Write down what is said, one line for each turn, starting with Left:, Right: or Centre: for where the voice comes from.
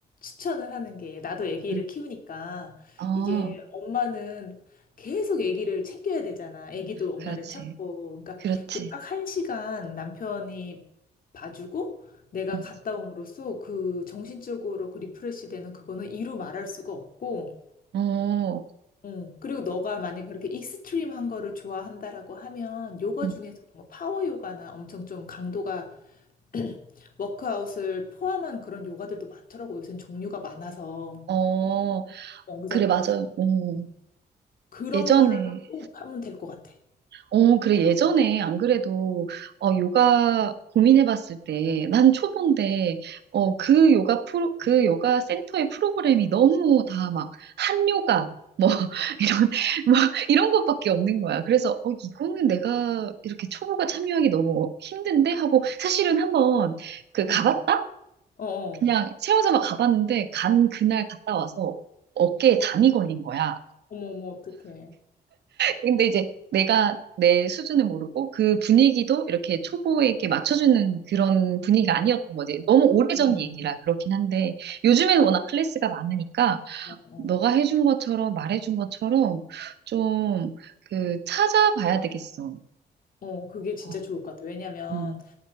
Left: 천을 하는 게 나도 아기를
Right: 응.
Left: 키우니까
Right: 아,
Left: 이게 엄마는 계속 아기를 챙겨야 되잖아. 아기도 엄마를
Right: 그렇지.
Left: 찾고. 그러니까
Right: 그렇지.
Left: 그 딱 한 시간 남편이 봐주고 내가
Right: 응.
Left: 갔다 옴으로써 그 정신적으로 그 리프레시 되는 그거는 이루 말할 수가 없고
Right: 어,
Left: 어, 그리고 너가 만약에 그렇게 익스트림한 거를 좋아한다라고 하면 요가
Right: 응.
Left: 중에서도 뭐 파워 요가나 엄청 좀 강도가 <clears throat> 워크아웃을 포함한 그런 요가들도 많더라고. 요새는 종류가 많아서.
Right: 어,
Left: 어, 그래서
Right: 그래, 맞아요. 음,
Left: 음, 그런
Right: 예전에,
Left: 걸로 하면 될 것 같아.
Right: 어, 그래. 예전에 안 그래도, 어, 요가 고민해봤을 때, 난 초보인데, 어,
Left: 음.
Right: 그 요가 프로, 그 요가 센터의 프로그램이 너무 다 막, 한 요가, 뭐, <laughs> 이런, 뭐, 이런 것밖에 없는 거야. 그래서, 어, 이거는 내가 이렇게 초보가 참여하기 너무 힘든데? 하고, 사실은 한번, 그, 가봤다?
Left: 음. 어, 어.
Right: 그냥 채워서 막 가봤는데, 간 그날 갔다 와서 어깨에 담이 걸린 거야.
Left: 어머, 어머, 어떡해.
Right: 근데 이제 내가 내 수준을 모르고 그 분위기도 이렇게 초보에게 맞춰주는 그런 분위기가 아니었던 거지. 너무 오래전
Left: 음.
Right: 얘기라 그렇긴 한데 요즘에는 워낙 클래스가 많으니까
Left: 어, 어.
Right: 너가 해준 것처럼 말해준 것처럼 좀 그 찾아봐야 되겠어.
Left: 어, 그게 진짜
Right: 어,
Left: 좋을 것 같아. 왜냐면
Right: 음.